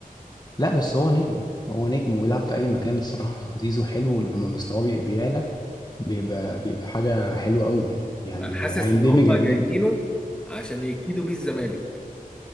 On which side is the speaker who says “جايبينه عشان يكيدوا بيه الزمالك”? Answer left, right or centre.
Centre